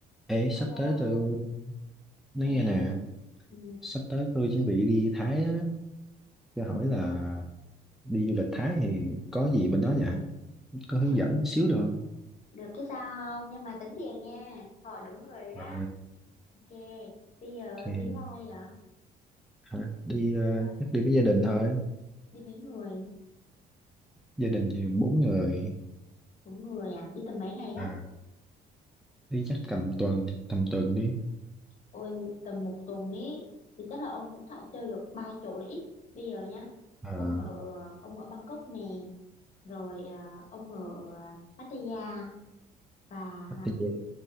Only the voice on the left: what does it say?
Alo,
nghe
nè.
Ừ,
ừ.
<laughs>
Được chứ sao không? Nhưng mà tính tiền nha. Hỏi đúng người rồi đó.
Ok, bây giờ
đi với ai vậy?
Đi
đi mấy người?
Bốn người à? Đi tầm mấy ngày đó?
Ôi, tầm một tuần ý. Thì chắc là ông cũng phải chơi được ba chỗ là ít. Bây giờ nhá,
ông ở ông ở Bangkok nè, rồi à, ông ở Pattaya và